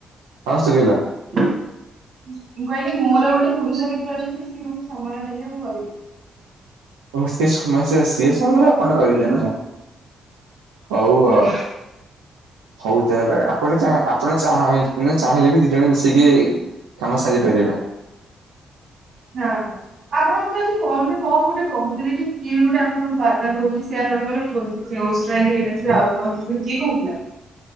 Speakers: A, on the right; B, on the right.
A: ହଁ ଶୁଭିଲା।
B: ମୁଁ କହିଲି ମୋର ଗୋଟେ ପୁରୁଷ ମିତ୍ର ଅଛନ୍ତି ସିଏ ମୋତେ ସମୟ ଦେଲେ ମୁଁ କରିବି।
A: ହଉ ସେ ସମସ୍ୟା ସ ସିଏ ସମୟରେ ଆପଣ କରିବେ ହଉ
B: ଆଜ୍ଞା
A: ଆଉ। ହଉ ତାହେଲେ ଆପଣ ଚା ଆପଣ ଚାଁହା ଚାହିଁଲେ ବି ଦି ଜଣ ମିଶିକି କାମ ସାରିପରିବା।
B: <unintelligible> ଆପଣ ମତେ ଆଜି କଣ ବୋଲି କଣ ଗୋଟେ କହୁଥିଲେ କି, କିଏ ଗୋଟେ ଆପଣଙ୍କୁ ବାରବାର କରୁଛି ସେ ଆପଣଙ୍କର <unintelligible> ହେଇନଥିଲା ଆଉ ହେଇଥିଲ କିଏ କହୁଥିଲା?